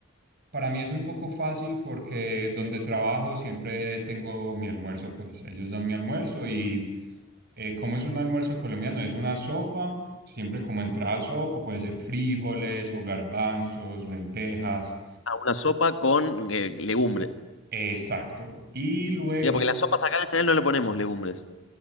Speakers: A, on the right; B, on the left.
A: Para mí es un poco fácil porque donde trabajo siempre tengo mi almuerzo, pues ellos dan mi almuerzo y eh, como es un almuerzo colombiano, es una sopa, siempre como entrada sopa, puede ser frijoles o garbanzos, lentejas,
B: Ah, una sopa con eh, legumbres.
A: exacto. Y luego,
B: Mira, porque las sopas acá en general no le ponemos legumbres.